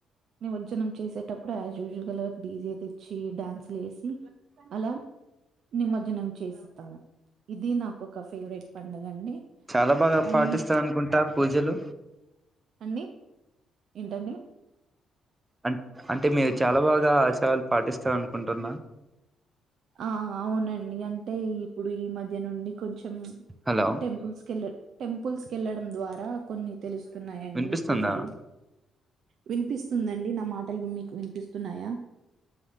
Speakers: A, on the right; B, on the right.
A: నిమజ్జనం చేసేటప్పుడు యాజ్ యూజువల్ గా డీజే తెచ్చి డాన్సులు వేసి అలా నిమజ్జనం చేస్తాము ఇది నాకు ఒక ఫేవరెట్ పండుగ అండి
B: చాలా బాగా
A: అండ్
B: పాటిస్తారు అనుకుంటా పూజలు
A: అండి ఏంటండి
B: అ అంటే మీరు చాలా బాగా ఆచారాలు పాటిస్తారు అనుకుంటున్నా
A: ఆ! అవునండి. అంటే ఇప్పుడు ఈ మధ్య నుండి కొంచెం
B: హలో
A: టెంపుల్స్‌కెళ్ళ టెంపుల్స్‌కెళ్ళడం ద్వారా కొన్ని తెలుస్తున్నాయండి
B: వినిపిస్తుందా
A: పూజలు. వినిపిస్తుందండి? నా మాటలు మీకు వినిపిస్తున్నాయా?